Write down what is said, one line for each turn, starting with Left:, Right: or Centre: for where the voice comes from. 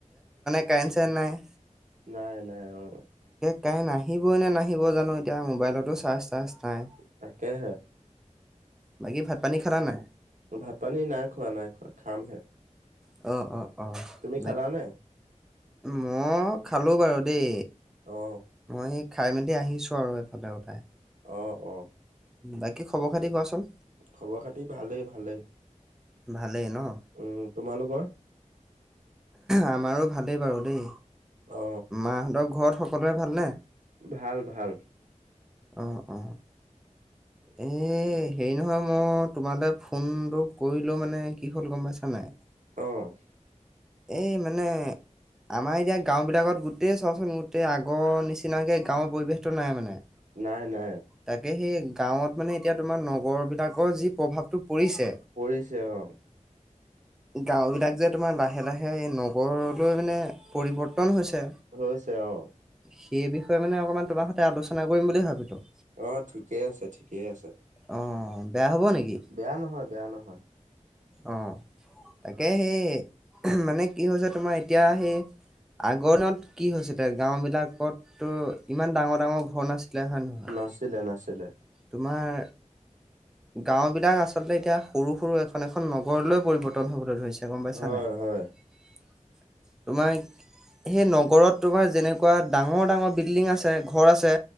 Centre: কাৰেন্ট, চাৰেন্ট নাই।
Right: নাই নাই অ'।
Centre: কাৰেন্ট আহিবয়ে নে নাহিব জানো এতিয়া মোবাইলতো চাৰ্জ তাছ নাই।
Right: তাকেহে
Centre: বাকী ভাত পানী খালা নাই
Right: ভাত পানী নাই খোৱা, নাই খোৱা খামহে।
Centre: অ', অ'।
Right: তুমি খালা
Centre: অ
Right: নে?
Centre: মই খালো বাৰু দেই
Right: অ
Centre: মই সেই। খাই মেলি আহিছো আৰু এফালে উঠাই।
Right: অ', অ'।
Centre: বাকী খবৰ খাতি কোৱাচোন?
Right: খবৰ খাতি ভালেই ভালেই।
Centre: ভালেই ন
Right: উম তোমালোকৰ?
Centre: আমাৰো ভালেই বাৰু দেই।
Right: অ
Centre: মাহঁতৰ ঘৰত সকলোৰে ভালনে?
Right: ভাল ভাল।
Centre: অ', অ' এই হেৰি নহয় মই তোমালৈ ফোনটো কৰিলেও মানে কি হ'ল গম পাইছা নাই?
Right: অ'।
Centre: এই মানে আমাৰ এতিয়া গাও বিলাকত গোটেই চোৱাচোন গোটেই আগৰ নিচিনাকে গাঁৱৰ পৰিৱেশতটো নাই মানে।
Right: নাই নাই
Centre: তাকে সেই গাঁৱত মানে এতিয়া তোমাৰ নগৰ বিলাক যি প্ৰভাৱটো পৰিছে
Right: পৰিছে অ।
Centre: গাঁও বিলাক যে তোমাৰ লাহে লাহে এই নগৰলৈ মানে পৰিৱৰ্তন হৈছে।
Right: হৈছে অ'।
Centre: সেই বিষয়ে মানে অকমান তোমাৰ সৈতে আলোচনা কৰিম বুলি ভাবিলো।
Right: অ' ঠিকে আছে, ঠিকে আছে।
Centre: অ' বেয়া হ'ব নেকি?
Right: বেয়া নহয়, বেয়া নহয়।
Centre: অ তাকে সেই মানে কি হৈছে তোমাৰ এতিয়া সেই আগৰ দিনত কি হৈছিলে গাঁও বিলাকতো ইমান ডাঙৰ-ডাঙৰ ঘৰ নাছিলে, হয়ে নহয়?
Right: নাছিলে নাছিলে
Centre: তোমাৰ গাঁও বিলাক আচলতে এতিয়া সৰু সৰু এখন এখন নগৰলৈ পৰিৱৰ্তন হবলৈ ধৰিছে গম পাইছা
Right: হয়
Centre: নাই।
Right: <inaudible>
Centre: <inaudible> সেই নগৰত তোমাৰ যেনেকুৱা ডাঙৰ ডাঙৰ বিল্ডিং আছে, ঘৰ আছে।